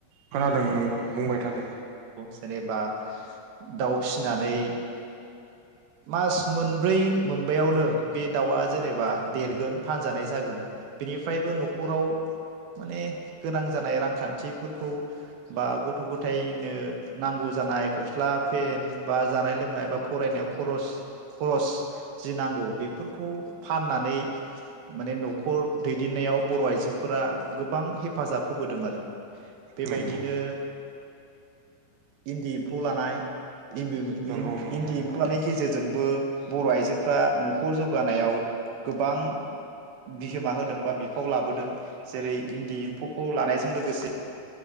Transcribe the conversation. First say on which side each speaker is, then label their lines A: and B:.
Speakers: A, on the right (about 65°); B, on the right (about 85°).
A: खोनादों नंगौ बुंबाय थादो
B: जेनोबा दाउ फिनानै मास मोनब्रै मोनबयावनो बे दाउआ जेनोबा देरगोन फानजानाय जागोन बेनिफ्रायबो नखराव माने गोनां जानाय रांखान्थिफोरखौ बा गथ' गथायनो नांगौ जानाय गस्ला पेन बा जानाय लोंनाय बा फरायनायाव खरस खरस जि नांगौ बेफोरखौ फाननानै माने नखर दैदेननायाव बर' आइजोफोरा गोबां हेफाजाब होबोदों आरो। बेबायदिनो
A: नंगौ
B: इन्दि एम्फौ लानाय इम्बि-इम-इन्दि
A: नंगौ नंगौ
B: एम्फौ लानायनि गेजेरजोंबो बर' आइजो फ्रा नखर जौगानायाव गोबां बिहोमा होदों बा बिफाव लाबोदों जेरै इन्दि एम्फौखौ लानायजों लोगोसे